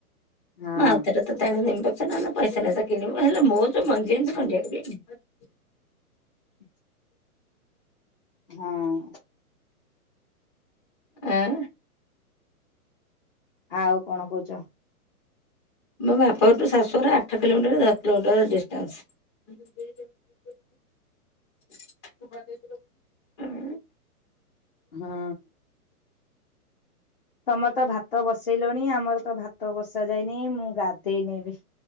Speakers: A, on the left; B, on the left.
A: ହଁ
B: ମୁଁ ଆଉ ଥରେ ତୋତେ ଆଣିକି ଦେମି ପଛେ ନା ନା ପଇସା ନୁହେଁ ତୁ କିଣିବୁ ହେଲେ ମୋର ଯୋଉ ମଞ୍ଜି ଆଣିଚି ଖଣ୍ତିଏ <unintelligible>
A: ହ ହଁ।
B: ଆଁ।
A: ଆଉ କଣ କହୁଛ?
B: ମୋ ବାପ ଘରଠୁ ଶାଶୁର ଆଠ କିଲୋମିଟର ଦଶ କିଲୋମିଟରର ଡିଷ୍ଟାନ୍ସ ହୁଁ।
A: ହଁ। ତମର ତ ଭାତ ବସେଇଲଣି ଆମର ତ ଭାତ ବସା ଯାଇନି ମୁଁ ଗାଧେଇ ନାଇଁ ବି।